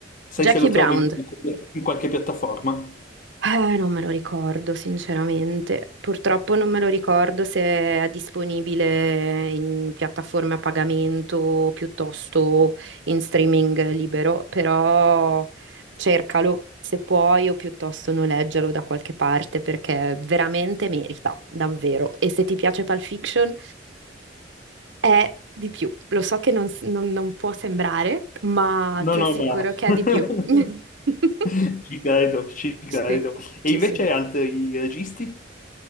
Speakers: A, on the left; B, on the right.
A: sai
B: Jackie
A: se lo trovo
B: Brown.
A: in in qualche piattaforma?
B: Eh, non me lo ricordo, sinceramente. Purtroppo non me lo ricordo se è disponibile in piattaforme a pagamento piuttosto in streaming libero, però cercalo se puoi o piuttosto noleggialo da qualche parte perché veramente merita, davvero. E se ti piace Pulp Fiction è di più. Lo so che non s- non- non può sembrare, ma
A: No,
B: ti
A: no,
B: assicuro
A: ma...
B: che
A: <laughs>
B: è di più. <laughs>
A: Ci credo, ci credo.
B: Sì, sì,
A: E invece
B: sì.
A: altri registi,